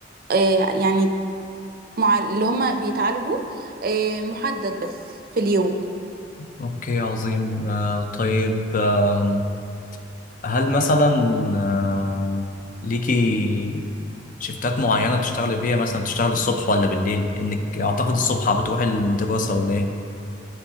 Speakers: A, on the right; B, on the left.
A: آه، يعني مع اللي هما بيتعالجوا آه، محدد بس في اليوم
B: اوكي عظيم آه، طيب آم، هل مثلا آه، ليكي شفتات معينة بتشتغلي فيها مثلا بتشتغلي الصبح ولا بالليل؟ انك اعتقد الصبح بتروحي الدراسة ولا ايه؟